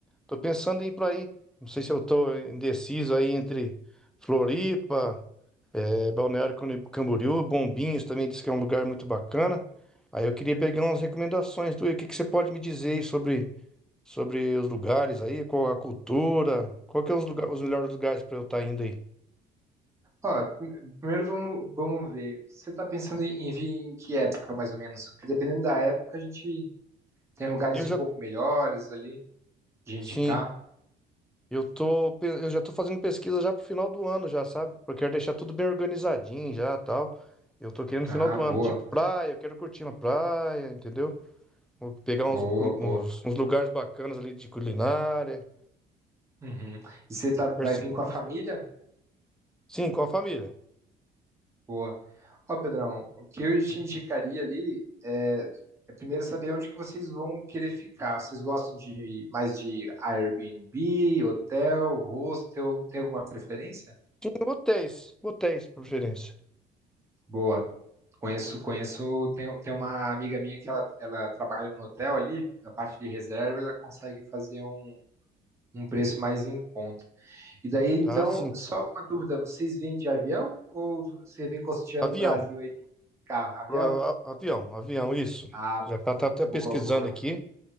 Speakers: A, in the centre; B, on the right.
A: tô pensando em ir pra aí. Não sei se eu tô indeciso aí entre Floripa, é, Balneário Camboriú, Camboriú, Bombinhas também diz que é um lugar muito bacana. Aí eu queria pegar umas recomendações tu, O que que você pode me dizer aí sobre. sobre os lugares aí, qual a cultura, qual que é os, lugar, os melhores lugares para eu estar indo aí.
B: Ó, pr- primeiro vamos, vamos ver. Você está pensando em, em vir em que época, mais ou menos? Porque dependendo da época, a gente tem lugares
A: Eu já,
B: um pouco melhores ali de indicar.
A: sim, eu tô, pe- eu já tô fazendo pesquisa já pro final do ano já, sabe? Porque eu quero deixar tudo bem organizadinho já, tal. Eu tô querendo no
B: Ah,
A: final do
B: boa,
A: ano, tipo praia, eu quero curtir uma praia, entendeu? Vou pegar
B: boa,
A: uns, cu-
B: boa.
A: uns, uns lugares bacanas ali de culinária,
B: Uhum. E você tá, vai
A: lugares seguros.
B: vir com a família?
A: Sim, com a família.
B: Boa. Ó, Pedrão, o que eu te indicaria ali é, é primeiro saber onde que vocês vão querer ficar. Vocês gostam de mais de Airbnb, hotel, hostel? Tem alguma preferência?
A: Sim, hotéis, hotéis, por preferência.
B: Boa. Conheço, conheço. Tem, tem uma amiga minha que ela, ela trabalha no hotel ali, na parte de reserva, ela consegue fazer um, um preço mais em conta. E daí, então,
A: Ah, sim.
B: só uma dúvida: vocês vêm de avião ou você vem costeando
A: Avião.
B: o Brasil aí de carro? Avião?
A: Pro a- avião, avião, isso.
B: Ah,
A: Já tá, tá até
B: boa,
A: pesquisando
B: boa.
A: aqui.